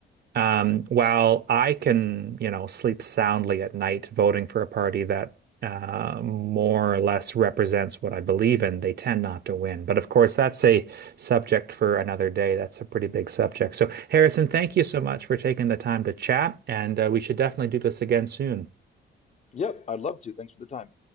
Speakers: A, on the right; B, on the left.
A: um, while I can, you know, sleep soundly at night voting for a party that uh, more or less represents what I believe in, they tend not to win. But of course, that's a subject for another day. That's a pretty big subject. So, Harrison, thank you
B: Sure.
A: so much for taking the time to chat, and uh, we should definitely do this again soon.
B: Yep, I'd love to. Thanks for the time.